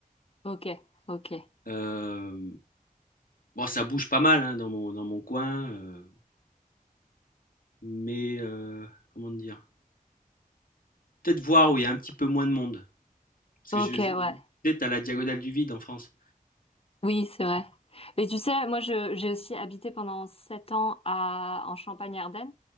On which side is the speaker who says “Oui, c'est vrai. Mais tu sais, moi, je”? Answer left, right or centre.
Left